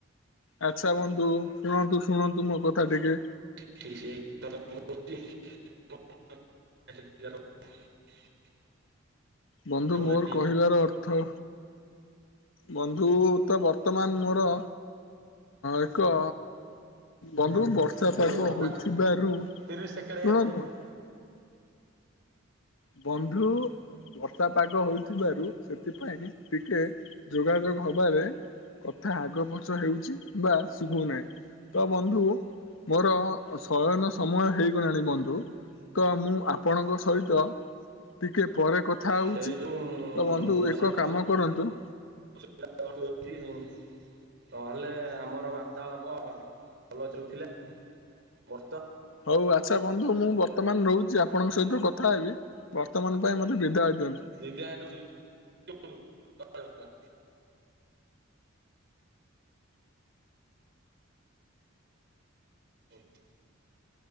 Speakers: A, on the left; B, on the right.
A: ଆଚ୍ଛା ବନ୍ଧୁ ଶୁଣନ୍ତୁ ଶୁଣନ୍ତୁ ମୋ କଥା ଟିକେ।
B: <unintelligible>
A: ବନ୍ଧୁ
B: ହଉନାହିଁ
A: ମୋର କହିବାର ଅର୍ଥ ବନ୍ଧୁ ତ ବର୍ତ୍ତମାନ ମୋର ଏକ ବନ୍ଧୁ ବର୍ଷା
B: ବନ୍ଧୁ
A: ପାଗ
B: ଆଉ ପା
A: ହୋଇଥିବାରୁ
B: ଆଉ
A: ଶୁଣନ୍ତୁ
B: ତିରିଶ ସେକେଣ୍ଡ ବନ୍ଧୁ
A: ବନ୍ଧୁ ବ ର୍ଷା ପାଗ ହୋଇଥିବାରୁ ସେଥିପାଇଁ ଟିକେ ଯୋଗାଯୋଗ ହବାରେ କଥା ଆଗ ପଛ ହେଉଛି ବା ଶୁଭୁନାହିଁ। ତ ବନ୍ଧୁ ମୋର ଶୟନ ସମୟ ହେଇଗଲାଣି ବନ୍ଧୁ। ତ ମୁଁ ଆପଣଙ୍କ ସହିତ ଟିକେ ପରେ କଥା ହଉଛି
B: ସେଇ
A: ତ
B: ଯୋଉ
A: ବନ୍ଧୁ
B: ବର୍ଷା
A: ଏକ
B: ପାଗ
A: କାମ
B: ଯୋଉ
A: କରନ୍ତୁ
B: <unintelligible> ନହେଲେ ଆମର ବାର୍ତ୍ତାଳାପ ଭଲ ଚାଲୁଥିଲା ବର୍ତ୍ତମାନ
A: ହଉ ଆଚ୍ଛା ବନ୍ଧୁ ମୁଁ ବର୍ତ୍ତମାନ ରହୁ ଜି ଆପଣଙ୍କ ସହିତ କଥା ହେବି ବର୍ତ୍ତମାନ ପାଇଁ ମୋତେ ବିଦାୟ ଦିଅନ୍ତୁ।
B: ବିଦ୍ୟାୟ ନଉଛି <unintelligible> ହୁଁ।